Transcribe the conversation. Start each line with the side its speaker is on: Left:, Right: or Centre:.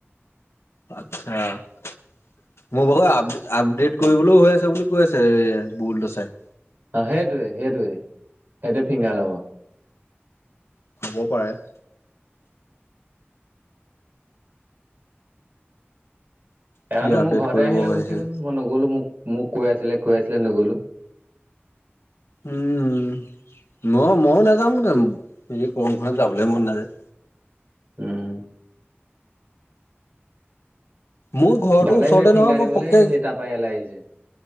Left: অহ মোৰ ভাগৰ আপ আপডেট কৰিবলৈও হৈ আছে বুলি কৈ আছে বোলটো চাই
Right: অ সেইটোৱে সেইটোৱেই সেইটো ফিংগাৰ ল'ব
Left: হ'ব পাৰে।
Right: এ
Left: কি আপডেট
Right: মোৰ ঘৰতে
Left: কৰিব
Right: আহি লৈ
Left: হৈ
Right: গুচি
Left: আছে।
Right: গ'ল মই নগলো মোক মোক কৈ আছিলে কৈ আছিলে নগলো
Left: উম ম ময়ো নাযাম গৰমখনত যাবলৈ মন নাযায়।
Right: উম
Left: মোৰ ঘৰটো
Right: তালে
Left: ওচৰতে
Right: সেই ফিংগাৰ
Left: নহয় মই
Right: দিবলৈ
Left: পককে
Right: সেই তাৰপা ইয়ালৈ আহিছে।